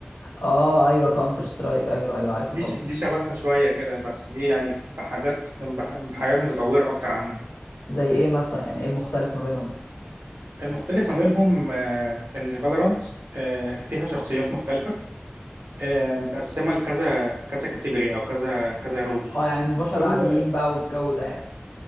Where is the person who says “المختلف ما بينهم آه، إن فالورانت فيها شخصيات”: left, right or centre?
Right